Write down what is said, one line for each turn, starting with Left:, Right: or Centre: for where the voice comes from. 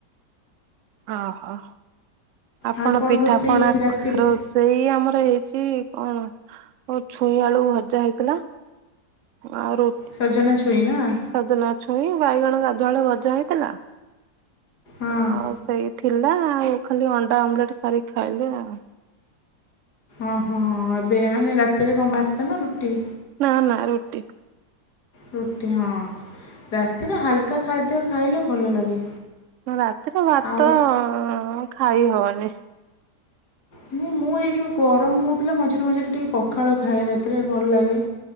Right: ଅ ହ ଆପଣ
Left: ଆଉ କ'ଣ
Right: ପିଠାପଣା
Left: ରୋଷେଇ ଆଜି ରାତିରେ
Right: ରୋଷ ସେଇ ଆମର ହେଇଛି କଣ ଓ ଛୁଇଁ ଆଳୁ ଭଜା ହେଇଥିଲା। ଆଉ ରୁ
Left: ସଜନା ଛୁଇଁ ନା।
Right: ସଜନା ଛୁଇଁ ବାଇଗଣ ଗାଧୁଆବେଳେ ଭଜା ହେଇଥିଲା।
Left: ହଁ
Right: ଆଉ ସେଇ ଥିଲା ଆଉ ଖାଲି ଅଣ୍ଡା ଅମଲେଟ କରିକି ଖାଇଲୁ ଆଉ।
Left: ଓ ହଁ ଏବେ ମାନେ ରାତିରେ କଁ ଭାତ ନା ରୁଟି?
Right: ନା ନା ରୁଟି।
Left: ରୁଟି ହଁ ରାତିରେ ହାଲ୍କା ଖାଦ୍ୟ ଖାଇଲେ ଭଲ ଲାଗେ।
Right: ହଁ ରାତିରେ ଭାତ
Left: ଆଉ
Right: ଖାଇ ହବନି।
Left: ନାଇ ମୁଁ ଏଇ ଯୋଉ ଗରମ ହଉଥିଲା ମଝିରେ ମଝିରେ ଟିକେ ପଖାଳ ଖାଏ ରାତିରେ ଭଲ ଲାଗେ।